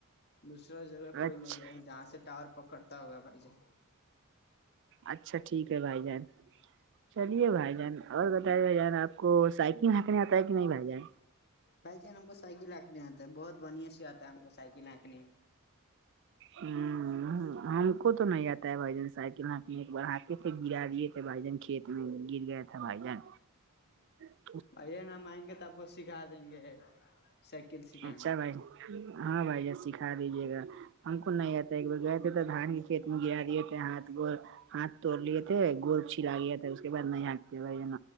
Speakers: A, on the left; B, on the right.
A: دوسرا جگہ کوئی
B: اچھا
A: نہیں ہے جہاں سے ٹاور پکڑتا ہوگا بھائی جان
B: اچھا ٹھیک ہے بھائی جان چلیے بھائی جان اور بتائی بھائی جان آپ کو سائیکل ہہنکنے آتا ہے کہ نہیں بھائی جان
A: بھائی جان ہم کو سائیکلنکھنے آتا ہے بہت بڑھیا سے آتا ہے ہم کو سائیکل آنکھنے
B: ہوں ہم کو تو نہیں آتا ہے بھائی جان سائیکل ہ ایک بار آے تھے گرا دیے تھے بھائی جان کھیت گر گیا تھا بھائی جان ہ
A: بھائی نہ مائئیں گے ت آب کو سکھا دیں گے سائیکل سکھائیں
B: اچھا
A: گے
B: بھائی ہاں بھیا سکھا دیجیے گا ہم کو نہیں آتا ایک بار گئے تھے تو دھان کے کھیت میں گر رہی ہوتے ہاتھ گور ہاتھ توڑ لیے تھے گول چھلا گیا تھاے اس کے بعد نہیں ہنکتے بھائی